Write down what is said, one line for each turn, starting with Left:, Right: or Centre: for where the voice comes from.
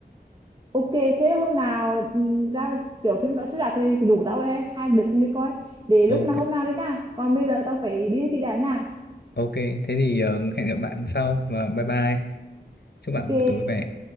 Right: ok thế hôm nào ừ, ra kiểu phim đó chiếu rạp thì rủ tao về hay hai đứa cùng đi coi để
Left: Ok.
Right: lúc nào hôm nào đi nha còn bây giờ tao phải đi thi đã nha
Left: Ok, thế thì ờ, hẹn gặp bạn sau và bye bye. Chúc
Right: Ok,
Left: bạn buổi tối vui vẻ.